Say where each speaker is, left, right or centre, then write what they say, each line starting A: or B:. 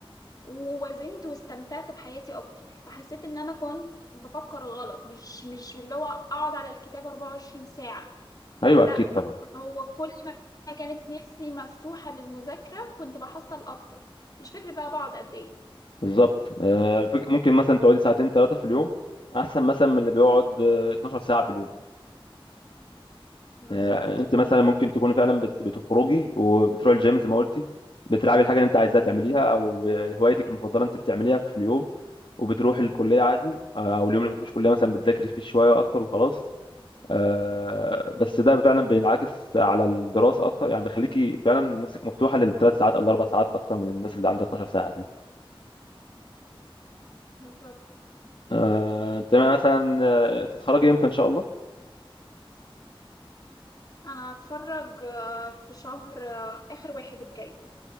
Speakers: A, on the left (about 40°); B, on the left (about 65°).
A: ووازنت واستمتعت بحياتي اكتر فحسيت ان انا كنت بفكر غلط مش مش اللي هو اقعد على الكتاب 24 ساعه
B: ايوه
A: لا
B: اكيد طبعا
A: هو كل ما كانت نفسي مفتوحة للمذاكرة كنت بحصل أكتر مش فاكرة بقى بقعد قد إيه
B: بالظبط آه فك- ممكن مثلا تقعدي ساعتين ثلاثة في اليوم احسن مثلا من اللي بيقعد آه، 12 ساعة في اليوم
A: بالظبط
B: آه، انت مثلا ممكن تكوني فعلا بت- بتخرجي وبتروحي الجيم زي ما قلتي بتلعبي الحاجه اللي انت عايزاها تعمليها او هوايتك المفضله انت بتعمليها في اليوم وبتروحي الكليه عادي آه، او اليوم اللي ما فيهوش كليه مثلا بتذاكري فيه شويه اكتر وخلاص آه، بس ده فعلا بينعكس على الدراسه اكتر يعني بيخليكي فعلا نفسك مفتوحه للثلاث ساعات او الاربع ساعات اكتر من الناس اللي عندها 12 ساعه دي
A: بالظبط
B: آه، تمام مثلا آه، تتخرجي امتى ان شاء الله
A: أنا هتخرج آه، في شهر آه، آخر واحد الجاي